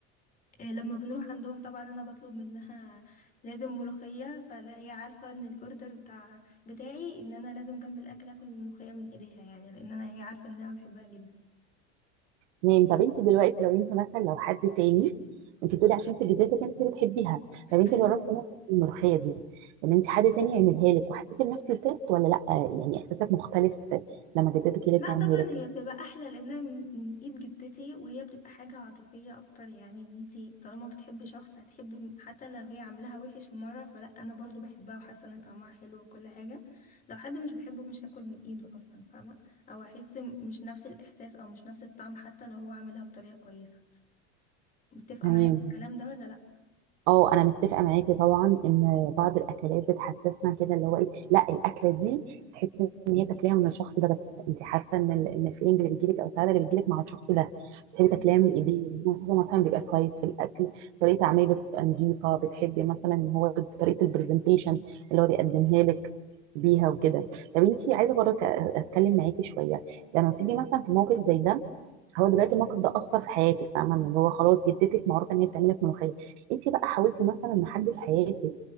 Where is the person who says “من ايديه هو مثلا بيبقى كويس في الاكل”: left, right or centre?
Right